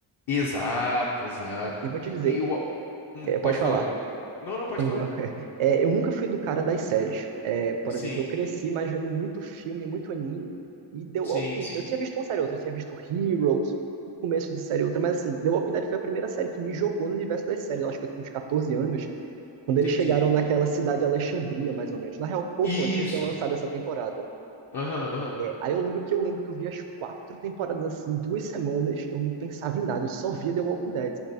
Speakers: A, on the left; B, on the right.
A: Exato, exato.
B: E vou te dizer,
A: E o, hum,
B: é,
A: pode
B: pode falar.
A: falar. Não, não pode
B: Eu-
A: falar.
B: <laughs> é, eu nunca fui do cara das séries. É, por
A: Sim,
B: exemplo, eu cresci mais vendo muito filme, muito anime, e The Walking...
A: sim, sim.
B: Eu tinha visto uma série ou outra, eu tinha visto Heroes, o começo de série ou outra, mas assim, The Walking Dead foi a primeira série que me jogou no universo das séries. Eu acho que eu tinha uns 14 anos, quando
A: Entendi.
B: eles chegaram naquela cidade de Alexandria, mais ou menos. Na real, pouco
A: Isso.
B: antes, não tinha lançado essa temporada.
A: Aham, aham.
B: Aí eu lembro que eu lembro que eu vi as quatro temporadas assim, duas semanas, eu não pensava em nada, eu só via The Walking Dead.